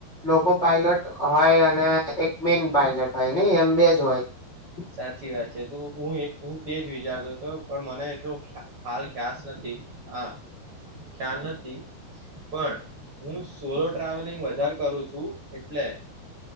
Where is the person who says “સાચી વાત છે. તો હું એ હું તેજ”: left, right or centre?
Right